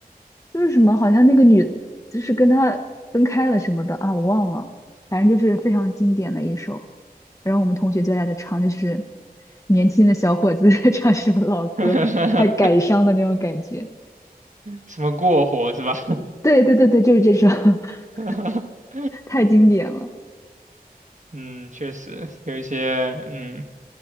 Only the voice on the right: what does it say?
<laughs>
什么过火是吧？
<laughs>
嗯，确实有一些嗯